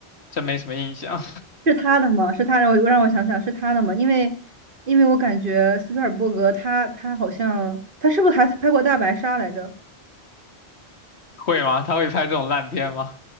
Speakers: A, on the left (about 85°); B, on the right (about 55°).
A: 真没什么印象。
B: 是他的吗？是他让我让我想想是他的吗？因为因为我感觉斯皮尔伯格他他好像他是不是还拍过《大白鲨》来着？
A: <laughs> 会吗？他会拍这种烂片吗？